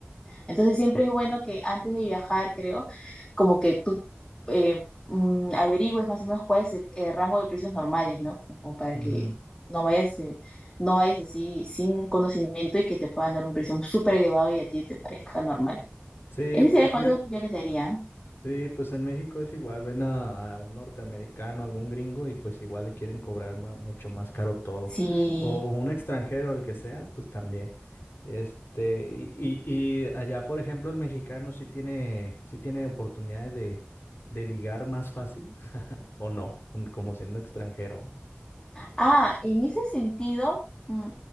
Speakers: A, on the left; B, on the left.
A: Entonces siempre
B: pues,
A: es bueno que antes de viajar, creo, como que tú eh, mm, averigües más o menos cuál es el, el rango de precios normales, ¿no? Como para
B: ujú.
A: que no vayas, eh, no vayas así sin conocimiento y que te puedan dar un precio súper elevado y a ti te parezca normal.
B: Sí,
A: Ese
B: pues,
A: sería el consejo
B: fíjate,
A: que yo les daría.
B: sí, pues en México es igual, ven a, a un norteamericano, algún gringo y pues igual le quieren cobrar ma- mucho más caro todo.
A: Sí.
B: O, o un extranjero, el que sea, pues también. Este, y, y- y allá, por ejemplo, el mexicano sí tiene, sí tiene oportunidades de, de ligar más fácil, <laughs> o no, Un- como siendo extranjero.
A: Ah, en ese sentido, mm,